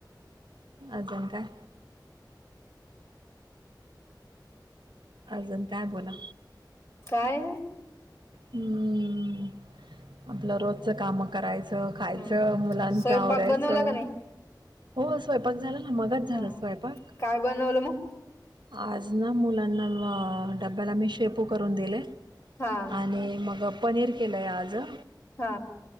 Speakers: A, on the right; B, on the left.
A: अजं काय अजून काय बोला
B: काय
A: हम्म आपलं रोजच काम करायचं खायचं
B: हम्म
A: मुलांच
B: स्वयंपाक
A: आवरायचं
B: बनवला का नाही?
A: हो स्वयंपाक झाला ना मगज झालं
B: हा
A: स्वयंपाक
B: काय बनवलं मग?
A: आज ना मुलांना डब्याला मी शेपू करून दिले
B: हा
A: आणि मग पनीर केलं आहे आजं
B: हा